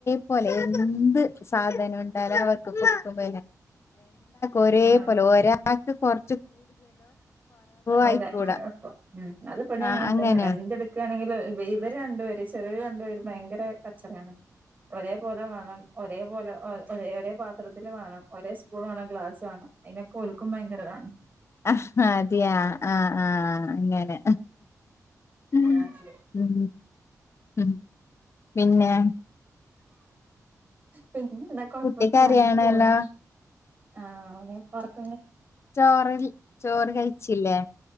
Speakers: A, on the left; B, on the right.
A: പോലെ, എന്ത്, സാധന, ഉണ്ടാലും, അവർക്ക് കൊക്ക ഒരേ
B: ആഹ്
A: പോലെ ഒരാൾക്ക് കൊറ
B: ഒരാ
A: ആയിക്കൂടാ
B: ചപ്പം ഉം അത് പിന്നെ
A: ആ
B: അങ്ങൻ
A: അങ്ങനെയാ
B: തന്നെയാണ് എന്തെടുക്കാണെങ്കിലും <unintelligible> ച രണ്ടു, പേര്, ചെറിയൊരു, രണ്ടുപേര്, ഭയങ്കര, കച്ചറിയാണ്, ഒരേപോലെ, വേണം, ഒരേപലെ, ഒ ഒരേ പാത്രത്തിൽ, വേണം, ഒരേ, സ്പൂൺ, വേണം, ഗ്ലാസ്, വേണം. അയ്‌നക്കോൽക്കും ഭയങ്കരതാണ്
A: ആഹ് അതയാ ആഹ് ആഹ് അങ്ങനെ ഉം
B: ആഹ് ശരി
A: ഉം പിന്നെ
B: ഉം പിന്നെ എന്താ കൊഴപ്പന്നുല്ല
A: കുട്ടി കരയാണല്ലോ
B: അങ്ങനെ പോണ് ആഹ്, അനെ, പർക്ക
A: ചോറരി ചോറ് കഴിച്ചില്ലേ?